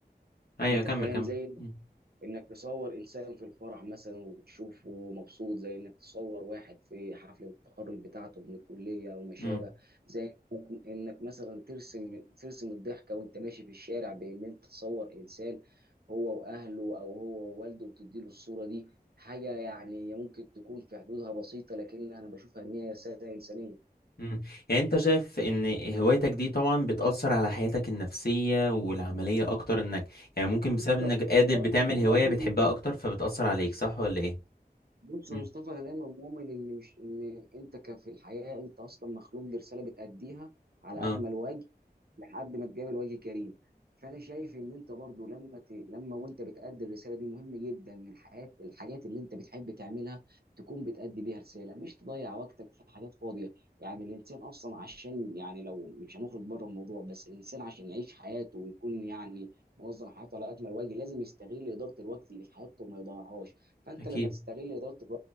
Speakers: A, on the left; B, on the right.
A: أيوة
B: انت
A: كمل
B: فاهم
A: كمل
B: زي
A: امم
B: انك تصور انسان في الفرح مثلا وتشوفه مبسوط زي انك تصور واحد في حفلة التخرج بتاعته من الكلية او ما شابه
A: امم
B: زي ممكن انك مثلا ترسم ترسم الضحكة وانت ماشي في الشارع بان انت تصور انسان هو واهله او هو ووالده وتديله الصورة دي حاجة يعني ممكن تكون في حدودها بسيطة لكنها انا بشوفها ان هي رسالة انسانية
A: امم يعني أنت شايف إن هوايتك دي طبعا بتأثر على حياتك النفسية والعملية أكتر إنك يعني ممكن بسبب
B: بص
A: إنك
B: يا مصطفى،
A: قادر بتعمل
B: أنا
A: هواية
B: باجي
A: بتحبها أكتر فبتأثر عليك صح ولا إيه؟
B: بص يا
A: امم
B: مصطفى انا دايما مؤمن ان مش ان انت ك- في الحياه انت اصلا مخلوق لرساله بتاديها على
A: اه
B: اكمل وجه لحد ما تقابل وجه كريم فانا شايف ان انت برضو لما ت... لما وانت بتادي الرساله دي مهم جدا ان الحياه الحاجات اللي انت بتحب تعملها تكون بتادي بيها رساله مش تضيع وقتك في حاجات فاضيه يعني الانسان اصلا عشان يعني لو مش هنخرج بره الموضوع بس الانسان عشان يعيش حياته ويكون يعني منظم حياته على اكمل وجه لازم يستغل اداره الوقت اللي في حياته وما يضيعهاش فانت
A: أكيد
B: لما تستغل اداره الوقت